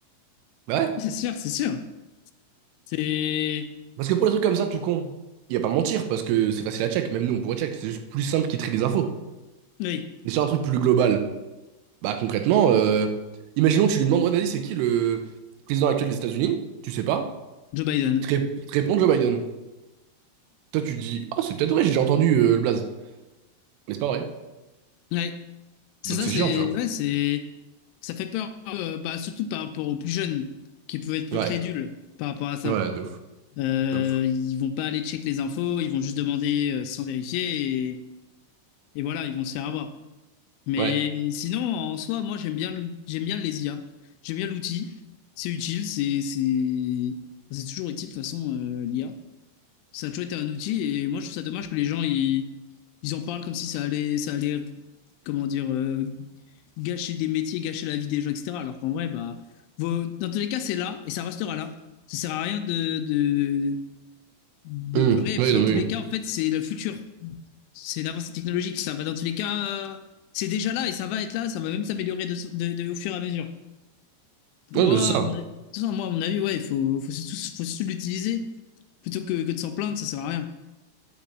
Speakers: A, on the right (about 80°); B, on the left (about 80°).
A: bah ouais.
B: <laughs> c'est sûr, c'est sûr. C'est
A: Parce que pour les trucs comme ça, tout con, il n'y a pas mentir parce que c'est facile à check, même nous, on pourrait check, c'est juste plus simple qu'il trie les infos.
B: oui,
A: Mais sur un truc plus global. Bah concrètement, euh, imaginons que tu lui demandes, ouais, vas-y, c'est qui le président actuel des États-Unis? Tu sais pas.
B: Joe Biden.
A: Il te, ré- il te répond Joe Biden. Toi, tu te dis, ah, c'est peut-être vrai, j'ai déjà entendu euh, le blaze. Mais c'est pas vrai.
B: Ouais, c'est
A: Donc
B: ça,
A: c'est
B: c'est
A: chiant, tu vois.
B: ouais, c'est ça fait peur, euh, bah surtout par rapport aux plus jeunes qui peuvent être plus
A: Ouais,
B: crédules par rapport à ça.
A: ouais, de ouf,
B: Euh,
A: de ouf.
B: ils vont pas aller check les infos, ils vont juste demander euh, sans vérifier et, et voilà, ils vont se faire avoir. Mais
A: Ouais.
B: sinon, en soi, moi j'aime bien le- j'aime bien les IA, j'aime bien l'outil, c'est utile, c'est c'est c'est toujours utile de toute façon euh, l'IA. Ça a toujours été un outil et moi je trouve ça dommage que les gens ils, ils en parlent comme si ça allait ça allait comment dire euh, gâcher des métiers, gâcher la vie des gens, etc. Alors qu'en vrai, bah vos- dans tous les cas, c'est là et ça restera là. Ça sert à rien de, de, de
A: Hum,
B: pleurer,
A: Oui,
B: parce que
A: non,
B: dans
A: mais
B: tous les
A: oui.
B: cas, en fait, c'est le futur. C'est l'avancée technologique. Ça va dans tous les cas, euh, c'est déjà là et ça va être là, ça va même s'améliorer de, de- de- au fur et à mesure. Donc
A: Ouais,
B: moi,
A: bah c'est ça.
B: à mon- de toute façon, moi, à mon avis, ouais, il faut, faut surtout, faut surtout l'utiliser plutôt que, que de s'en plaindre, ça sert à rien.